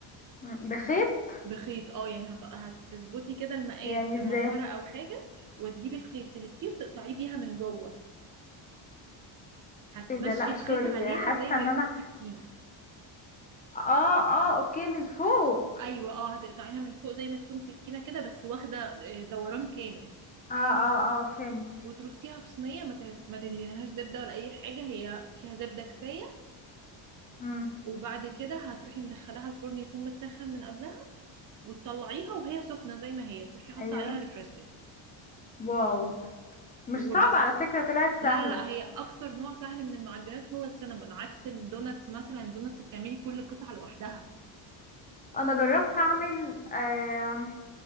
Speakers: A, on the left; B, on the right.
A: مم. بخيط
B: بخيط اه يعني هت- هتظبطي كده المقاس
A: يعني
B: بمسطره
A: ازاي
B: او حاجه وتجيبي الخيط تلفيه وتقطعيه بيها من جوه هتمشي
A: ايه ده لا
B: الخيط
A: سوري
B: عليها
A: حاسة
B: زي ما
A: ان
B: يكون
A: انا
B: سكينه
A: اه اه اوكي من فوق
B: ايوه اه هتقطعيها من فوق زي ما تكون سكينه كده بس واخده آه، دوران كامل
A: اه اه اه فهمت
B: وترصيها في صينيه ما ت- ما تدهنيهاش زبده ولا اي حاجه هي فيها زبده كفايه
A: امم
B: وبعد كده هتروحي مدخلاها الفرن يكون متسخن من قبلها وتطلعيها وهي سخنة زي ما هي تروحي حاطة
A: ايوه
B: عليها ريفرستك
A: واو مش
B: وبس
A: صعبة على فكرة طلعت
B: لا
A: سهلة
B: لا لا، هي اكتر نوع سهل من المعجنات هو السينابون عكس الدوناتس مثلا الدوناتس بتعملي كل قطعة لوحدها
A: انا جربت اعمل آم،